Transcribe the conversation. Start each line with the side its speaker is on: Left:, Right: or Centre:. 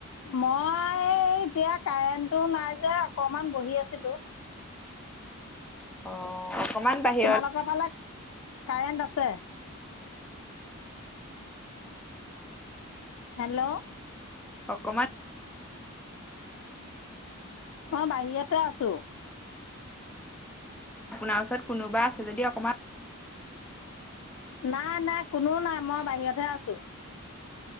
Left: মই এতিয়া কাৰেণ্টটো নাই যে অকমান বহি আছিলো
Centre: অ অকমান বাহিৰত
Left: তোমালোকৰ ফালে কাৰেণ্ট আছে হেল্ল'
Centre: অকমান
Left: অ বাহিৰতে আছো
Centre: আপোনাৰ ওচৰত কোনোবা আছে যদি অকমান
Left: নাই, নাই কোনো নাই, মই বাহিৰতহে আছোঁ।